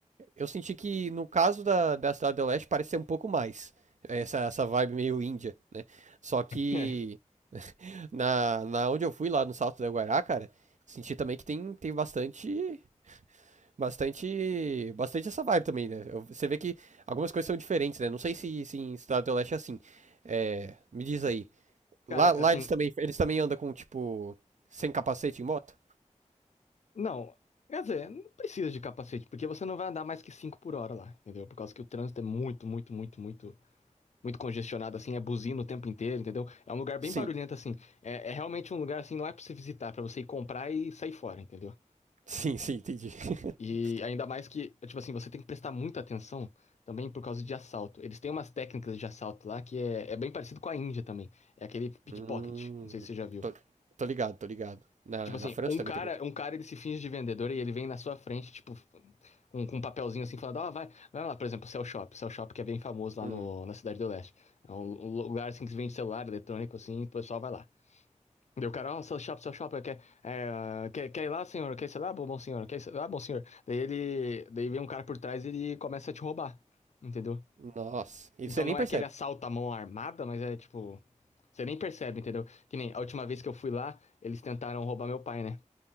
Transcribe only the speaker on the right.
eu senti que, no caso da, da Cidade do Leste, parece ser um pouco mais. Essa, essa vibe meio índia, né? Só que
na, na onde eu fui, lá no Salto da Guairá, cara, senti também que tem, tem bastante Bastante, bastante essa vibe também, né? Eu- Você vê que algumas coisas são diferentes, né? Não sei se, se em Cidade do Leste é assim. É, me diz aí. Lá,
lá
eles também, eles também andam com, tipo, sem capacete em moto?
Sim.
<laughs> Sim, sim, entendi. <laughs>
Hum,
tô, tô ligado, tô ligado. Na,
na França
também
tem muito.
Hum,
nossa, e
você
nem percebe.